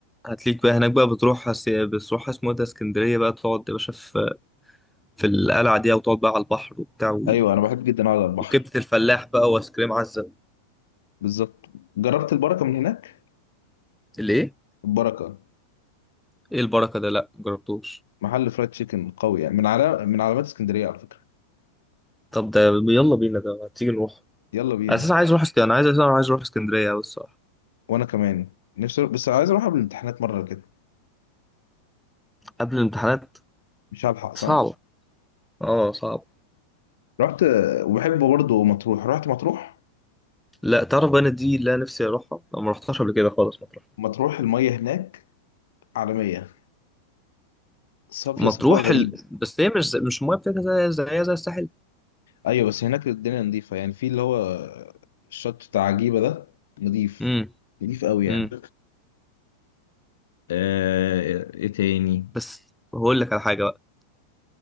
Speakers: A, in the centre; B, on the left.
A: هتليك بقى هناك بقى بتروح هس- بتروح اسمه إيه ده اسكندريه بقى تقعد يا باشا في في القلعه دي او تقعد بقى على البحر وبتاع و-
B: ايوه انا بحب جدا اقعد على البحر
A: وكبده الفلاح بقى وايس كريم عزه
B: بالظبط جربت البركه من هناك
A: الايه
B: البركه
A: ايه البركه ده لا جربتوش
B: محل فرايد تشيكن قوي يعني من على من علامات اسكندريه على فكره
A: طب ده يلا بينا ده ما تيجي نروح
B: يلا بينا
A: اساسا عايز اروح اسكندريه انا عايز اساسا عايز اروح اسكندريه أوي الصراحه
B: وانا كمان نفسي بس عايز اروح قبل الامتحانات مره كده
A: قبل الامتحانات
B: مش هلحق صح
A: صعب اه صعب
B: رحت وبحب برضه مطروح رحت مطروح
A: لا تعرف بقى أنا دي اللي انا نفسي اروحها انا ما رحتهاش قبل كده خالص مطروح
B: مطروح المية هناك عالمية صافية
A: مطروح
B: صفاء غريب
A: ال... بس هي مش زي... مش المايه بتاعتها زي زي زي الساحل
B: أيوة بس هناك الدنيا نظيفة يعني في اللي هو الشط بتاع عجيبة ده نظيف
A: امم
B: نظيف قوي يعني
A: امم
B: آه، إيه تاني
A: بس هقول لك على حاجه بقى